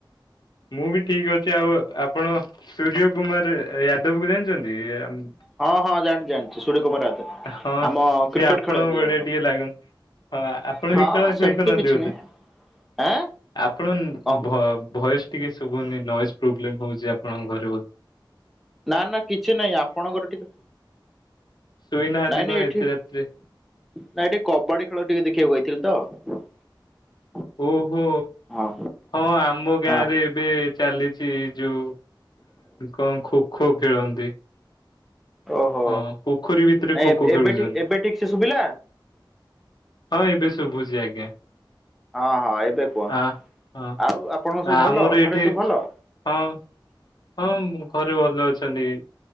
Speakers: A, on the left; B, in the centre.
A: ମୁଁ ବି ଠିକ ଅଛି ଆଉ ଆପଣ ସୂର୍ଯ୍ୟ କୁମାର ଯାଦବକୁ ଜାଣିଛନ୍ତି। <unintelligible>
B: ହଁ ହଁ ଜାଣିଛି ଜାଣିଛି ସୂର୍ଯ୍ୟ କୁମାର ୟାଦବ।
A: ହଁ
B: ଆମ
A: ସେ
B: କ୍ରିକେଟ
A: ଆପଣଙ୍କ
B: ଖେଳନ୍ତି
A: ଭଳିଆ
B: ଆମର
A: ଟିକେ ଲାଗନ୍ତି। ହଁ ଆପଣ
B: ହଁ
A: ବି ଖେଳା
B: ସେମିତି
A: ଖେଳି କରନନ୍ତି
B: କିଛି
A: ବୋ।
B: ନାହିଁ ଆଁ
A: ଆପଣଙ୍କ
B: କଣ
A: ଭଏସ ଟିକେ ଶୁଭୁନି ନଏଜ ପ୍ରୋବ୍ଲେମ ହଉଛି ଆପଣ। କଣ ଘରେ ବହୁତ?
B: ନା ନା କିଛି ନାହିଁ ଆପଣଙ୍କର ଟିକେ।
A: ଶୋଇନାହାନ୍ତି
B: ନାଇଁ
A: କଣ
B: ନାଇଁ ଏଠି
A: ଏତେ
B: ନାଇଁ
A: ରାତିରେ
B: ଏଠି କବାଡି ଖେଳ ଟିକେ ଦେଖିବା। ବଇଥିଲି ତ।
A: ଓହୋ
B: ହଁ
A: ହଁ ଆମ ଗାଁରେ
B: ହଁ।
A: ଏବେ ଚାଲିଛି ଯୋଉ। କଣ ଖୋ ଖୋ ଖେଳନ୍ତି।
B: ଓହୋ
A: ହଁ ପୋଖରୀ ଭିତରେ
B: ନାଇଁ
A: ଖୋ ଖୋ ଖେଳୁଛନ୍ତି।
B: ଏବେ ଠିକ ଏବେ ଠିକ ସେ ଶୁଭିଲା
A: ହଁ ଏବେ ଶୁଭୁଛି ଆଜ୍ଞା।
B: ହଁ ହଁ ଏବେ କୁହନ୍ତୁ
A: ଆ ହଁ
B: ଆଉ ଆପଣଙ୍କ ସବୁ
A: ଆମର
B: ଭଲ
A: ଏଇଠି
B: ଘରେ ସବୁ ଭଲ।
A: ହଁ ହଁ ଘରେ ଭଲ ଅଛନ୍ତି।